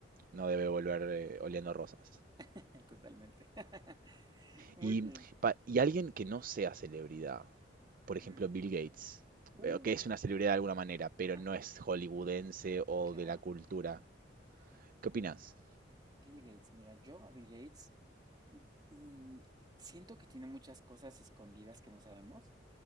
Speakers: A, on the right; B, on the right.
A: no debe volver eh, oliendo rosas.
B: <laughs> Totalmente. <laughs> Muy
A: Y,
B: bien.
A: pa- y alguien que no sea celebridad, por
B: Ujú.
A: ejemplo Bill Gates, veo
B: Uh,
A: que es una celebridad de alguna manera, pero
B: ajá,
A: no es hollywoodense o
B: claro.
A: de la cultura, ¿qué opinas?
B: Bill Gates, mira, yo a Bill Gates mm, siento que tiene muchas cosas escondidas que no sabemos.